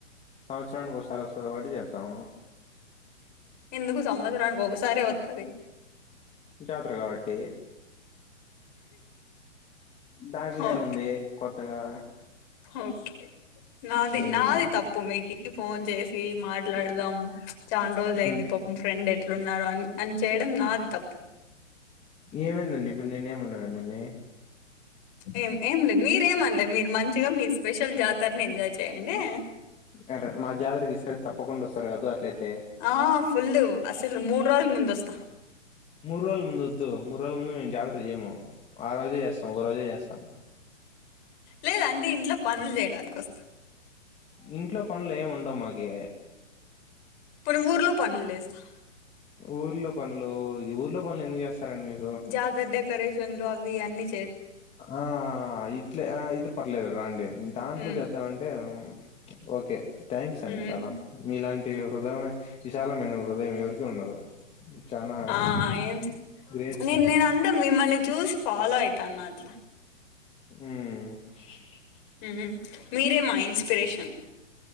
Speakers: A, on the left (about 15°); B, on the left (about 35°).
A: సంవత్సరానికి ఓసారి వస్తది కాబట్టి చేత్తాం
B: ఎందుకు సంవత్సరానికి ఒకసారే వత్తది
A: జాతర కాబట్టి దాంట్లో
B: ఓ
A: ఏముంది కొత్తగా
B: ఓకే నాది
A: ఉమ్
B: నాది తప్పు మీకి ఫోన్ చేసి మాట్లాడదాం చాన్ రోజులు అయింది
A: ఉమ్
B: పాపంఫ్రెండ్ ఎట్లున్నారో అని అని చేయడం నాది తప్పు
A: ఏమైందండి ఇప్పుడు నేనే ఏమన్నాన నేన్ని
B: ఏం ఏం లేదు మీరేమనలేదు మీరు మంచిగా మీ స్పెషల్ జాతరని ఎంజాయ్ చేయండే.
A: ఎంటే మా జాతరకి ఈసారి తప్పకుండా వస్తారు కదు అట్లయితే.
B: ఆ ఫుల్లు అస్సలు మూడు రోజులు ముందొస్త.
A: మూడు రోజుల ముందు వద్దు, మూడు రోజుల ముందు మేము జాతర చేయము ఆ రోజే చేస్తాము ఒక రోజే చేస్తాం.
B: లేదంటే ఇంట్లో పనులు చేయడానికి వస్తా.
A: ఇంట్లో పనులు ఏం ఉండవు మాకి.
B: పోని ఊర్లో పనులు చేస్తా.
A: ఊర్లో పనులు, ఊర్లో పనులు ఎందుకు చేస్తారండి మీరు.
B: జాతర డెకరేషన్లు అవి అన్నీ
A: ఆ ఇట్లే ఆ ఇది పర్లేదు రండి దాంట్లో
B: ఉమ్
A: చేద్దామంటే ఓకే థ్యాంక్స్ అండి
B: ఉమ్
A: చాలా మీలాంటి హృదయమే విశాలమైన హృదయం ఎవరికీ ఉండదు. చానా
B: ఆ ఏం
A: గ్రేట్
B: నేను నేను అంతా మిమ్మల్ని చూసి ఫాలో అయితాన్న అట్లా.
A: ఉహ్
B: మ్మ్ మీరే మా ఇన్స్పిరేషన్.